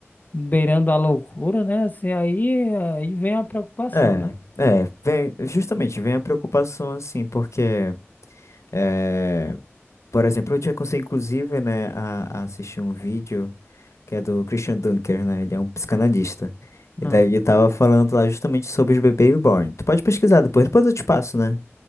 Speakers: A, on the left; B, on the left.
A: beirando a loucura, né? Assim, aí, aí vem a preocupação,
B: É,
A: né?
B: é, vem, justamente, vem a preocupação, assim, porque, é, por exemplo, eu tinha conseguido, inclusive, né, a, a assistir um vídeo que é do Christian Dunker, né, ele é um psicanalista, e
A: Hum,
B: daí ele tava falando lá justamente sobre os bebês reborn. Tu pode pesquisar depois, depois eu te passo, né?